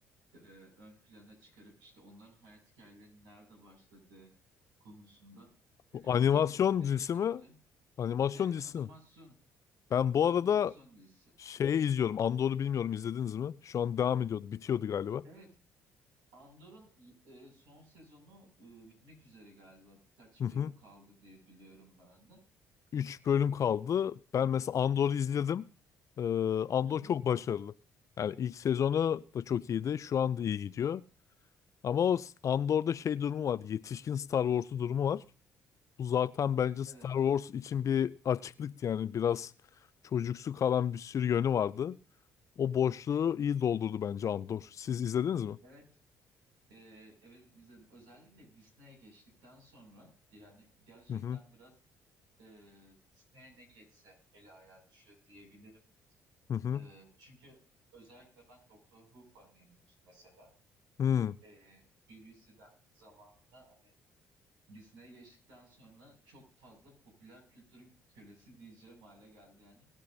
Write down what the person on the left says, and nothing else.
Bu
animasyon
dizisi
mi? Animasyon
dizisi
mi? Ben bu
arada
şeyi izliyorum. Andor'u bilmiyorum izlediniz mi? Şu an devam ediyordu. Bitiyordu galiba.
Hı hı.
3 bölüm kaldı. Ben mesela Andor'u izledim. Ee, Andor
çok başarılı. Yani ilk sezonu da çok iyiydi. Şu anda iyi gidiyor. Ama o s- Andor'da şey durumu var. Yetişkin Star Wars'u durumu var. Bu zaten bence
Star Wars için bir açıklıktı. Yani biraz çocuksu kalan bir sürü yönü vardı. O boşluğu iyi doldurdu bence Andor. Siz izlediniz mi?
Hı hı.
Hı hı.
Hı